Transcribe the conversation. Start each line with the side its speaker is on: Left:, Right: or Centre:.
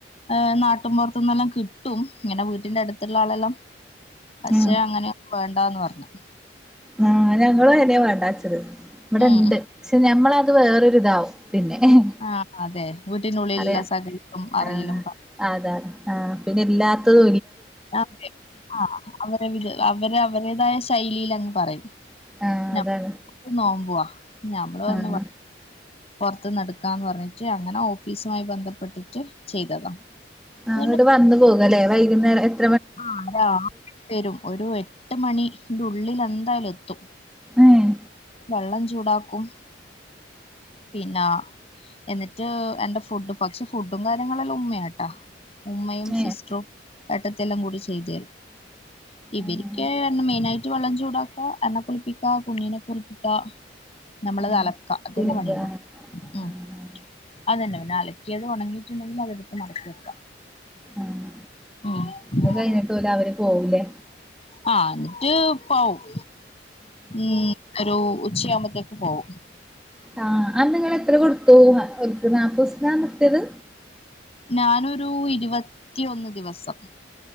Left: ഏ് നാട്ടുംപ പുറത്തന്നെല്ലാം കിട്ടും ഇങ്ങനെ വീട്ടിന്റെ അടുത്തുള്ള ആളെല്ലാം പക്ഷേ
Centre: ആഹ്
Left: അങ്ങനെ വേണ്ടാന്ന് പറഞ്ഞു <unintelligible>
Centre: ആ ഞങ്ങള് അതെ വേണ്ടാന്നുവച്ചത് ഇവിടെ
Left: ഉം
Centre: ഉണ്ട് ചെ ഞമ്മള അത് വേറൊരിതാവും പിന്നെങ്ങനെ
Left: ആഹ് അതെ വീട്ടിനുള്ളിലുള്ള
Centre: അതെയ
Left: സകലതും അറിയലും
Centre: ആ അതെ ആഹ് പിന്നെ ഇല്ലാത്തത്
Left: ആ അവ അവരെ അവരുതായ ശൈലിയില് അങ്ങ് പറയും
Centre: ആഹ്
Left: ഞമ്മക്ക്
Centre: അതാണ്
Left: നോമ്പുവാ ഞമ്മള് തന്നെ
Centre: ആഹ്
Left: പറ പുറത്ത് നടക്കാന്ന് പറഞ്ഞിട്ട് അങ്ങനെ ഓഫീസുമായി ബന്ധപ്പെട്ടിട്ട് ചെയ്തതാ അതുകൊണ്ട്
Centre: അത്കൊണ്ട് വന്ന് പോകാല്ലേ വൈകുന്നേ ന്നേര
Left: ആ അതാ വരും ഒരു എട്ട് മണിന്റെ ഉള്ളിൽ എന്തായാലും എത്തും
Centre: ഏഹ്
Left: വെള്ളം ചൂടാ ക്കും പിന്നാ എന്നിട്ട് എന്റെ ഫുഡ് പക്ഷെ ഫുഡും കാര്യങ്ങളെല്ലാം ഉമ്മയാട്ടാ ഉമ്മയും സിസ്റ്ററും
Centre: ഏഹ്
Left: അത്തെല്ലാം കൂടി ചെയ്തു തരും ഇവർക്ക്
Centre: ഏഹ്
Left: എന്നെ മെയിന് ആയിട്ട് വെള്ളം ചൂടാക്ക എന്നെ കുളിപ്പിക്ക കുഞ്ഞീനെ കുളിപ്പിക്കാ നമ്മളത്
Centre: ആഹ്
Left: അലക്ക അതന്നെ
Centre: തിരുമ്പ
Left: പണിയുള്ളൂ
Centre: ആഹ്
Left: ഉം
Centre: ആഹ്
Left: അതന്നെ പണി ന്നെ അലക്കിയത് ഉണങ്ങിയിട്ടുണ്ടെങ്കിൽ അതെടുത്ത് മടക്കി വെക്ക
Centre: ആഹ്
Left: ഉം
Centre: അത് കഴിഞ്ഞിട്ട് പോല അവര് പോവൂലേ
Left: ആ എന്നിട്ട് പോവും ഉം ഒരു ഉച്ചയാകുമ്പത്തേക്ക് പോവും
Centre: ആ അന്തെങ്ങെള് എത്ര കൊടു പോവും അവർക്ക് നാൽപ്പത് ദിവസ്തിന നിർത്തിയത്
Left: ഞാനൊരു ഇരുപത്തിയൊന്ന് ദിവസം